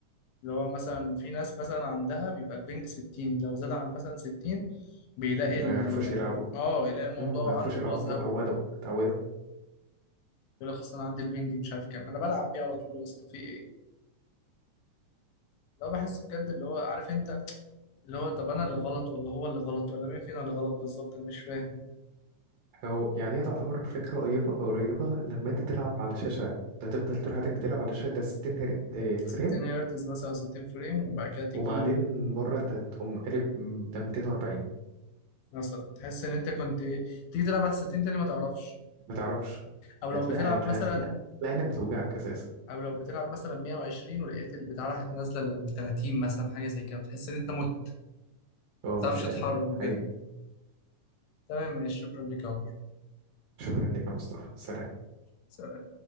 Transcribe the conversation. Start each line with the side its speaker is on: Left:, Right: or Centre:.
Left: اللي هو مثلا في ناس مثلا عندها بيبقى البنج ستين لو زاد عن مثلا ستين بيلاقي
Right: ما
Left: ال
Right: يعرفوش يلعبوا
Left: اه يلاقي الموضوع
Right: مم، ما يعرفوش
Left: عنده
Right: يلعبوا
Left: باظ
Right: هم
Left: قوي
Right: اتعودوا اتعودوا
Left: يقول لك اصل انا عندي البنج مش عارف كام انا بلعب بيه على طول يا اسطى في ايه لو بحس بجد اللي هو عارف انت اللي هو طب انا اللي غلط ولا هو اللي غلط ولا مين فينا اللي غلط بالظبط انا مش فاهم
Right: هو يعني هي تعتبر فكرة قريبة قريبة لما انت تلعب على شاشة ده تفضل طول حياتك بتلعب على شاشة ده 60 هر- آه، فريم
Left: 60 هرتز مثلا 60 فريم وبعد كده تيجي
Right: وبعدين مرة ده تقوم قلب ده 240
Left: مثلا تحس ان انت كنت تيجي تلعب على 60 تاني ما تعرفش
Right: ما تعرفش
Left: او
Right: هتلاقي
Left: لو بتلعب
Right: هت-
Left: مثلا
Right: هتلاقي هتلاقي انك بتوجعك اساسا
Left: او لو بتلعب مثلا 120 ولقيت البتاع راحت نازله لل 30 مثلا حاجه زي كده بتحس ان انت مت
Right: اه
Left: ما بتعرفش
Right: ده
Left: تتحرك وكده
Right: حقيقي
Left: تمام ماشي شكرا ليك يا عمر
Right: شكرا لك يا مصطفى سلام
Left: سلام.